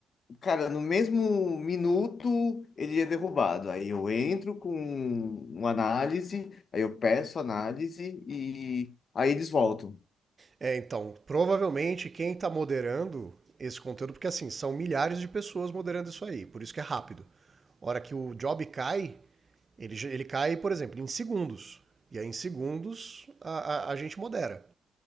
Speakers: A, on the left; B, on the right.
A: cara, no mesmo minuto ele é derrubado. Aí eu entro com uma análise, aí eu peço análise e aí eles voltam.
B: É, então, provavelmente quem está moderando esse conteúdo, porque assim, são milhares de pessoas moderando isso aí, por isso que é rápido. A hora que o job cai, ele, ele cai, por exemplo, em segundos. E aí, em segundos, a, a, a gente modera.